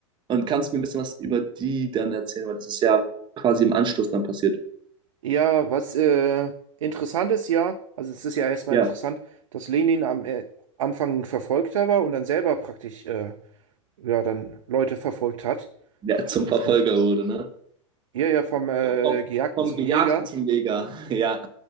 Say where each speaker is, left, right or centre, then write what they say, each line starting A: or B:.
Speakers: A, on the right (about 30°); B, on the right (about 75°).
A: und kannst mir ein bisschen was über die dann erzählen, weil das ist ja quasi im Anschluss dann passiert.
B: Ja, was äh, interessant ist ja, also es ist ja erstmal
A: Ja,
B: interessant, dass Lenin am äh, Anfang ein Verfolgter war und dann selber praktisch äh, ja dann Leute verfolgt hat.
A: der zum
B: Muss
A: Verfolger
B: man s-
A: wurde, ne?
B: ja ja vom äh,
A: Vom,
B: Gejagten
A: vom
B: zum
A: Gejagten
B: Jäger,
A: zum Jäger. <laughs> Ja,